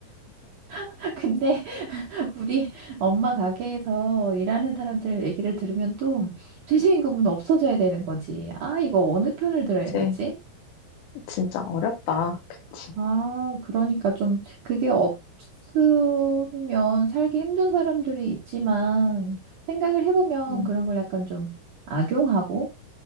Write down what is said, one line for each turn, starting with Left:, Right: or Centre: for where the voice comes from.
Right: <laughs> 근데 우리 엄마 가게에서 일하는 사람들 얘기를 들으면 또 최저임금은 없어져야 되는 거지. 아, 이거 어느 편을 들어야
Left: 그치.
Right: 되지?
Left: 진짜 어렵다. 그치.
Right: 아, 그러니까 좀 그게 없으면 살기 힘든 사람들이 있지만 생각을 해보면
Left: 응,
Right: 그런 걸 약간 좀 악용하고